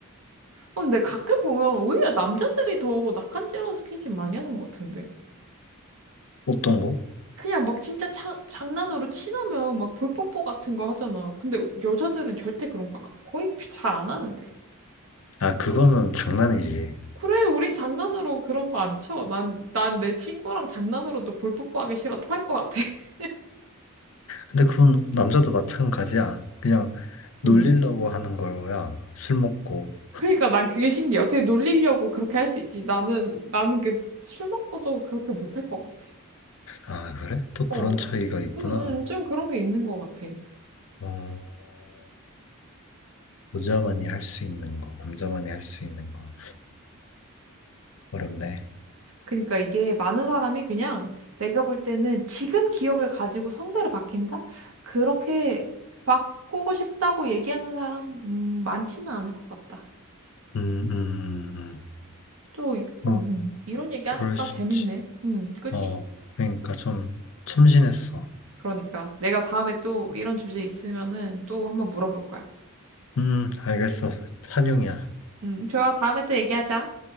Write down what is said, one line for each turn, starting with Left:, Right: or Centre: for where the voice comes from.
Right: 어, 근데 가끔 보면 오히려 남자들이 더 낯간지러운 스킨십 많이 하는 것 같은데.
Left: 어떤 거?
Right: 그냥 막 진짜 차- 장난으로 친하면 막 볼뽀뽀 같은 거 하잖아. 근데 여자들은 절대 그런 거 거의 잘 안 하는데.
Left: 아, 그거는 장난이지.
Right: 그래, 우린 장난으로 그런 거 안 쳐. 난, 난 내 친구랑 장난으로도 볼뽀뽀하기 싫어 토할 것 같아. <laughs>
Left: 근데 그건 남자도 마찬가지야. 그냥 놀리려고
Right: 음.
Left: 하는 거야. 술 먹고.
Right: 그러니까 난 그게 신기해. 어떻게 놀리려고 그렇게 할 수 있지? 나는, 나는 그 술 먹고도 그렇게 못할 것 같아.
Left: 아, 그래? 또 그런
Right: 어.
Left: 차이가 있구나.
Right: 응, 응, 좀 그런 게 있는 것 같아.
Left: 어, 여자만이 할 수 있는 거, 남자만이 할 수 있는 거. 어렵네.
Right: 그러니까 이게 많은 사람이 그냥 내가 볼 때는 지금 기억을 가지고 성별을 바뀐다? 그렇게 바꾸고 싶다고 얘기하는 사람, 음, 많지는 않을 것 같다.
Left: 음, 음, 음, 음.
Right: 또, 이-
Left: 뭐,
Right: 음, 음. 이런 얘기 하니까
Left: 그럴 수
Right: 재밌네.
Left: 있지.
Right: 음, 그치?
Left: 어, 그러니까 좀 참신했어.
Right: 그러니까 내가 다음에 또 이런 주제 있으면은 또 한번 물어볼 거야.
Left: 음, 알겠어. 한영이야.
Right: 음, 좋아. 다음에 또 얘기하자.